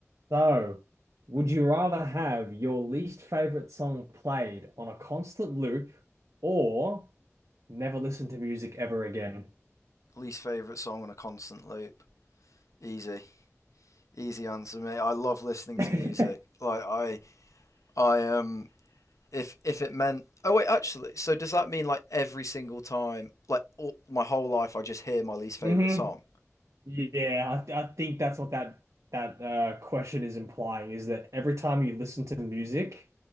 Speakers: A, on the right; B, on the left.
A: So, would you rather have your least favorite song played on a constant loop, or never listen to music ever again?
B: Least favorite song on a constant loop. Easy. Easy answer, mate. I love listening
A: <laughs>
B: to music. Like I I um if if it meant oh wait actually so does that mean like every single time like all, my whole life I just hear my least favorite
A: hmm
B: song?
A: Yeah, I, I think that's what that that uh, question is implying is that every time you listen to music,